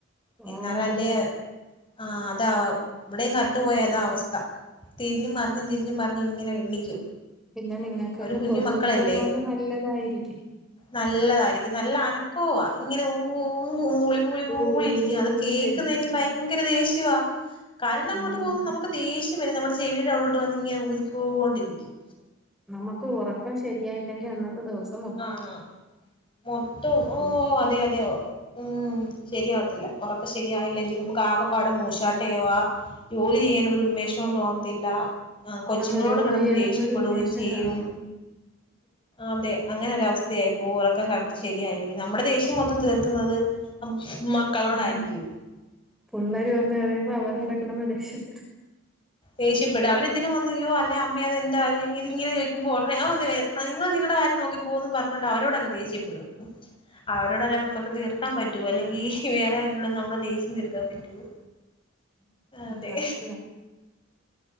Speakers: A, on the left (about 25°); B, in the centre.
A: എന്നാലല്ലേ
B: ഓഹ്
A: ആ അതാഇവിടെയും കറണ്ട്ു പോയ ഏതാ അവസ്ഥ. തിരിഞ്ഞും മറിഞ്ഞും തിരിഞ്ഞും മറിഞ്ഞും പറഞ്ഞ് ഇങ്ങനെ എണ്ണിക്കും.
B: പിന്നെ നിങ്ങക്ക്
A: അവര്
B: പിന്നെ
A: കുഞ്ഞു
B: കൊതും
A: മക്കളല്ലേ
B: കൂടെ ഉള്ളതത്ോണ്ട് നല്ലതായിരിക്കും..
A: നല്ലതായിരിക്കും നല്ല അനക്കവാ ഇങ്ങനെ ഊഊന്ന മൂളി മൂളി മൂളി..
B: ഊ ഊ
A: അത്
B: ഒന്ന്
A: കേൾക്കുന്ന
B: ചെവിക്കാ
A: എനിക്ക് ഭയങ്കര ദേഷ്യവാ. കരണ്ട് അങ്ങോട്ട്
B: ആഹ്
A: പോകുമ്പോൾ നമുക്ക് ഷ്യം വരെ നമ്മുടെ ചെവിുടെ അവിോട്ട് വന്ന് ഇങ്ങനെ കുതിക്കൊണ്ടിരിക്കും..
B: നമുക്ക് ഉറക്കം ശരിയായില്ലെങ്കി.. ഇപ്പ ദിവസം
A: ആഹ് മൊത്തം ഓ
B: <unintelligible>
A: അതെ അതെ ഉം ശരിയാവത്തില്ല ഉറക്ക ശരിയായില്ലെങ്കിൽ നമുക്ക് ആകെപാടം മൂശാട്ടേ ജോലി ചെയ്യാനൊ.. തോന്നത്തില്ല ആ കൊച്ചുങ്ങളോട്
B: ആഹ് ജോലി
A: കിടന്ന്
B: ചെയ്യാനൊന്നും
A: ദേഷ്യപ്പെടുകയും
B: ഒരു ഉന്മേഷം
A: ചെയ്യും..
B: കാണൂല
A: അതെ. അങ്ങനെൊര അവസ്ഥയായിപ്പോൊ ഉറക്കം കാലത്ത് ശരിയായില്ലെങ്കിൽ നമ്മുടെ ദേഷ്യം മൊത്തം തീർക്കുന്നത്.. മക്കളോടായിരിക്കും
B: ഉ പള്ളര് വന്ന് എറയുമ്പോ അവരടെ കിടന്ന് ദേഷ്യാ..
A: ദേഷ്യപ്പെടുക അവരെന്തിനും വന്നുയോ അല്ല അമ്മ അതെന്താ അല്ലെങ്ക ഇങ്ങനെ ചോിക്കുമ്പോെ വ നിങ നോക്കികന്ന് പറഞ്ഞണ്ട് അവരോട് അങ് ദേഷ്യപ്പെടും അവരോടെല്ലാം നമുക്ക് തീർക്കാൻ പറ്റുവോ അല്ലെങ്കിൽ വേറെ വല്ലോടും നമ്മളുടെ ദേശ്യം തീർക്കാൻ പറ്റുവോ.. അതെ
B: സത്യം.